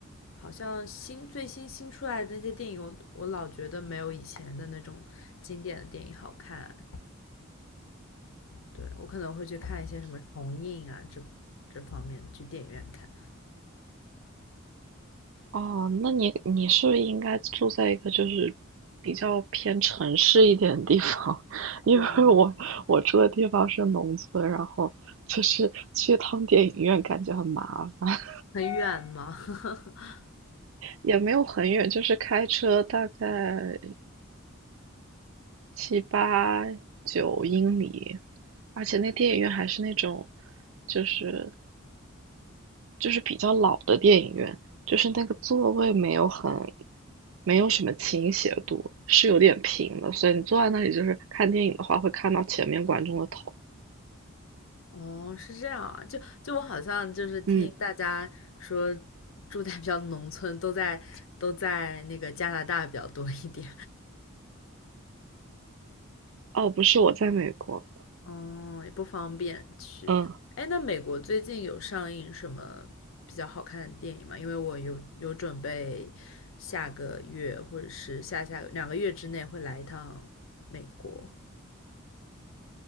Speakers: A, on the left; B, on the right.
A: 好像新最新新出来的那些电影我，我老觉得没有以前的那种经典的电影好看。对，我可能会去看一些什么重映啊这这方面，去电影院看。
B: 哦，那你你是应该住在一个就是比较偏城市一点的地方，<laughs> 因为我我住的地方是农村，
A: 对，
B: 然后就是去趟电影院感觉很麻烦，
A: 很远嘛。<laughs>
B: 也没有很远，就是开车大概七八九英里，而且那电影院还是那种就是就是比较老的电影院，就是那个座位没有很，没有什么倾斜度，是有点平的，所以你坐在那里就是看电影的话，会看到前面观众的头。
A: 哦，是这样啊，就就我好像就是听大家说，
B: 嗯，
A: 住在比较农村，都在都在那个加拿大比较多一点，
B: 哦，不是，我在美国。
A: 哦，也不方便去。
B: 嗯，
A: 哎，那美国最近有上映什么比较好看的电影吗？因为我有有准备下个月或者是下下两个月之内会来一趟美国。